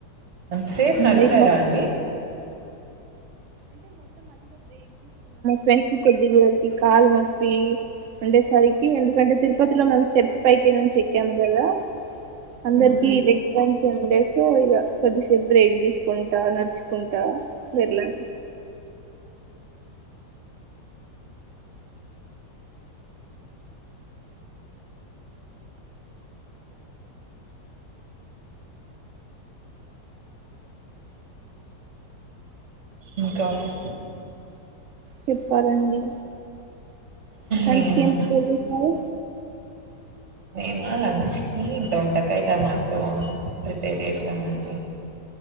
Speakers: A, on the right (about 40°); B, on the right (about 65°).
A: అంతాసేప్ నడిచారా
B: లైక్ మా
A: అండి?
B: ఫ్రెండ్షిప్ కొద్దీ వాడికి కాలు నొప్పి ఉండేసరికి ఎందుకంటే తిరుపతిలో మనం స్టెప్స్ పైకి నుంచి ఎక్కాం కదా అందరికి
A: హ్మ్.
B: Leg pains ten days so ఇగ కొద్దిసేపు బ్రేక్ తీసుకుంటా నడుచుకుంటా వెల్లాం
A: ఇంకా అండి
B: చెప్పాలండి లంచ్
A: మేము
B: కి ఏం ప్రిపేర్ చేసినారు
A: మేమా లంచ్ కి దొండకై టమాటో ప్రిపేర్ చేసామండి